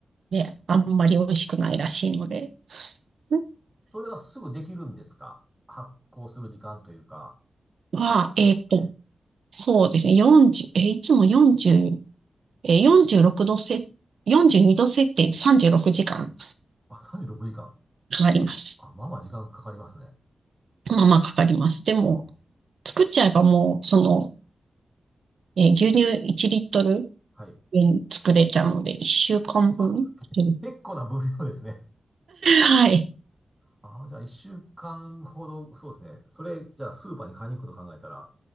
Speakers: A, on the right (about 75°); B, in the centre.
A: で、あんまり美味しくないらしいので、ん
B: それはすぐできるんですか発行する時間というか、
A: は、
B: 作って。
A: えっと、そうですね、40、え、いつも40、えー46度せ、42度設定で36時間かん
B: あ、36時間。
A: かかります。
B: あ、まあまあ時間かかりますね。
A: まあまあかかります。でも、
B: ああ、
A: 作っちゃえばもう、その、えー牛乳1リットル
B: はい。
A: 分作れちゃうので、1週間分。
B: あ、
A: <laughs> うん
B: 結構な分量ですね。<laughs>
A: はい。
B: ああ、じゃあ1週間ほど、そうですね。それ、じゃあスーパーに買いに行くこと考えたら、